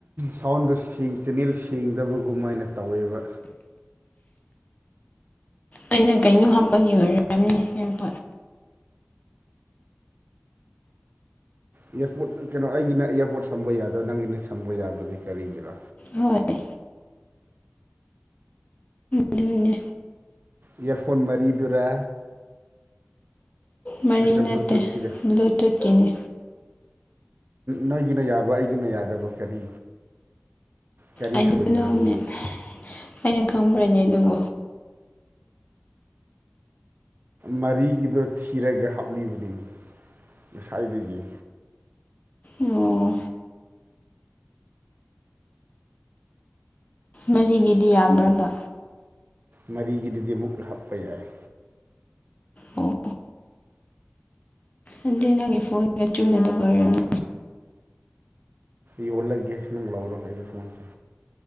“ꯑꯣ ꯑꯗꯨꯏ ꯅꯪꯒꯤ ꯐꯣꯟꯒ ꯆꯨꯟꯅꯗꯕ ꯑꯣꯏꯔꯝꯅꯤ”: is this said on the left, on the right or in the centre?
Left